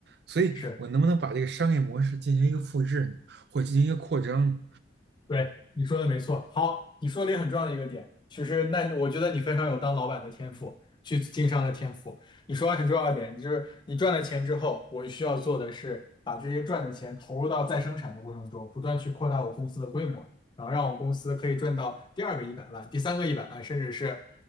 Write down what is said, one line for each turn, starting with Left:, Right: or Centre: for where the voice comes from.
Right: 所以我能不能把这个商业模式进行一个复制呢，
Left: 是。
Right: 或进行一个扩张呢
Left: 对，你说的没错。好，你说了一个很重要的一个点，其实那我觉得你非常有当老板的天赋，去经商的天赋。你说了很重要的点，就是你赚了钱之后，我需要做的是把这些赚的钱投入到再生产的过程中，不断去扩大我公司的规模，然后让我公司可以赚到第二个一百万、第三个一百万，甚至是